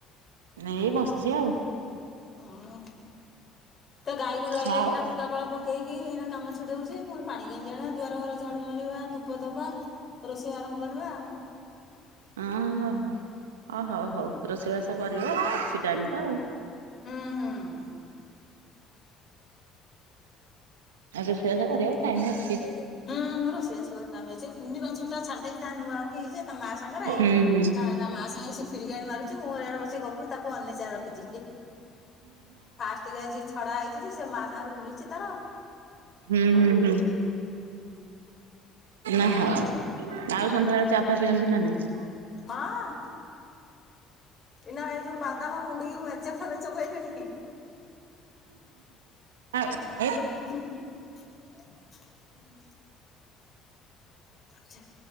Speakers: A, on the right (about 90°); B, on the left (about 40°).
A: ଏଇ ବସିଚି ଆଉ।
B: ହଁ, ତ ଗାଈ ଗୋରୁ ଆଇଲେ
A: ଆଉ
B: ସିନା କୁଟାପାଳ ପ କେଇକି ଏଇନା କାମ ଛିଡ଼ଉଚି ପୁଣି ପାଣି ଗେଂଜଣା ଦୁଆର ଘର ଝାଡୁ ମାରିବା, ଧୂପ ଦବା। ରୋଷେଇ ଆରମ୍ଭ କରିବା ଆଉ।
A: ଓଃ ହୋ ହୋ ଓ ହଉ ହଉ ରୋଷେଇବାସ କରିବ ଅଛି ଟାଇମ ତ ଆଉ।
B: ହୁଁ, ହୁଁ।
A: ଆଉ ରୋଷେଇବାସ କରିବାକୁ ଟାଇମ ଅଛି।
B: ହଁ ରୋଷେଇବାସ କରିବାକୁ ଟାଇମ ଅଛି କୁନି ବଛୁରୀ ଟା ଛାଡି ଦେଇେଛି ତା ନୂଆକି ଯେ ତା ମା ସାଙ୍ଗରେ
A: ହୁଁ
B: ତା
A: ହୁଁ
B: ମା ସାଙ୍ଗରେ ସେ ଫିରିକାଣି ମାରୁଛି ମୁଁ ଇଆଡେ ବସିକି ଗପୁଚି ତାକୁ ଅନିଷା ରଖିଛି। ଫାଷ୍ଟ ଟିକେ ଆଜି ଛଡା ହେଇଛି ଯେ ସେ ମାଆ ସାଙ୍ଗରେ ବୁଲୁଛି ତାର।
A: ହୁଁ ହୁଁ ହୁଁ ନାଇଁ ହଉ। ଆଉ ସନ୍ଧ୍ୟାବେଳେ ଚା, ଫା, ପିଅନ୍ତି ନା ନାହିଁ?
B: ହଁ, ଏଇନା ଏ ଯଉ ବାଦାମ ମୁଢ଼ି କି ମୁ ଏ ମେଞ୍ଚେ ଖଣ୍ଡେ ଚୋବେଇଲିଣି ହିଁ
A: ଆଉ ଏଇ
B: ହୁଁ। <unintelligible> ଆଚ୍ଛା।